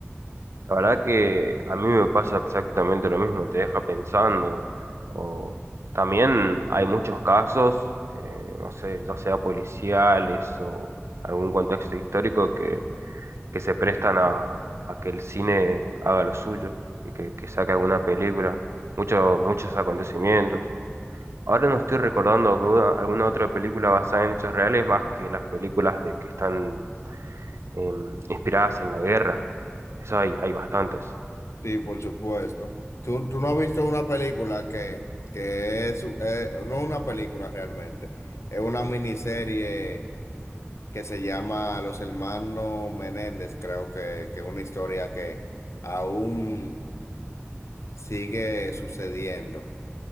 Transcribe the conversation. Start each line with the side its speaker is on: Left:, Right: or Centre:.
Right: La verdad que a mí me pasa exactamente lo mismo, te deja pensando. O también hay muchos casos, eh, no sé, ya sea policiales o algún contexto histórico que, que se prestan a, a que el cine haga lo suyo y que, que saque alguna película, muchos, muchos acontecimientos. Ahora no estoy recordando alguna, alguna otra película basada en hechos reales más que las películas de que están em, inspiradas en la guerra. Eso hay, hay bastantes.
Left: Sí, por supuesto. ¿Tú, tú no has visto una película que, que es, eh, no una película realmente, es una miniserie que se llama Los Hermanos Menéndez, creo que que es una historia que aún sigue sucediendo,